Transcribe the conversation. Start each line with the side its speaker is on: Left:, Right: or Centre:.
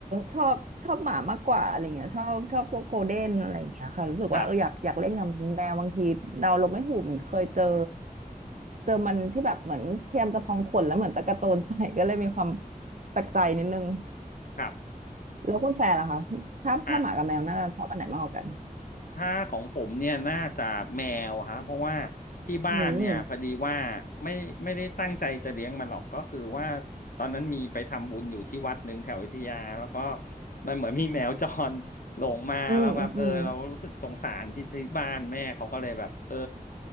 Right: ชอบชอบหมามากกว่าอะไรเงี้ยชอบชอบพวกโกลเด้นอะไรอย่างเงี้ยค่ะรู้สึกว่าเอออยากอยากเล่นกับแมวบางทีเดาลมไม่ถูกเหมือนเคยเจอ
Left: <laughs> ครับ
Right: เจอมันที่แบบเหมือนพยายามจะพองขนแล้วเหมือนจะกระโจนใส่ก็เลยมีความแปลกใจนิดนึง
Left: ครับ
Right: แล้วคุณแฟร์ล่ะคะถ้าถ้าหมากับแมวน่าจะชอบอันไหนมากกว่ากัน
Left: อ่ะถ้าของผมเนี่ยน่าจะแมวฮะเพราะว่าที่บ้านเนี่ยพอดีว่าไม่ไม่ได้ตั้งใจจะเลี้ยงมันหรอกก็คือว่า
Right: อืม
Left: ตอนนั้นมีไปทำบุญอยู่ที่วัดหนึ่งแถวอยุธยาแล้วก็มันเหมือนมีแมวจร หลงมาแล้วแบบเออเรารู้สึกสงสารที่ที่บ้านแม่เขาก็เลยแบบเออ
Right: อืมอืมอืม